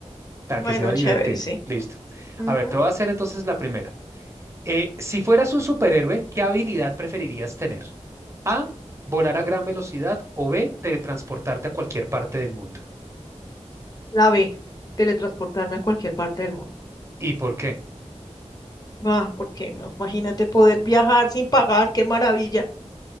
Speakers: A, on the right; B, on the left.
A: Para
B: Bueno,
A: que sea divertido.
B: chévere, sí.
A: Listo.
B: Ujú.
A: A ver, te voy a hacer entonces la primera. Eh, si fueras un superhéroe, ¿qué habilidad preferirías tener? A, volar a gran velocidad o B, teletransportarte a cualquier parte del mundo.
B: La B, teletransportarme a cualquier parte del mundo.
A: ¿Y por qué?
B: Ah, ¿por qué no? Imagínate poder viajar sin pagar, qué maravilla.